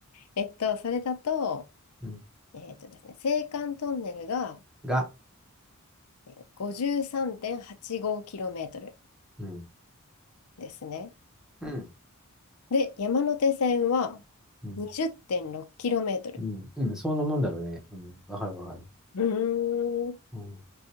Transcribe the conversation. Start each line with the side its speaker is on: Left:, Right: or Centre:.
Left: えっと、それだと、
Centre: うん。
Left: えっとですね、青函トンネルが
Centre: が、
Left: えー5 3 8 5トル
Centre: うん。
Left: ですね。
Centre: うん。
Left: で、山手線は
Centre: うん。
Left: 2 0 6キロメートル
Centre: うん。うん。そんなもんだろうね。うん。わかるわかる。
Left: うーん。
Centre: うん。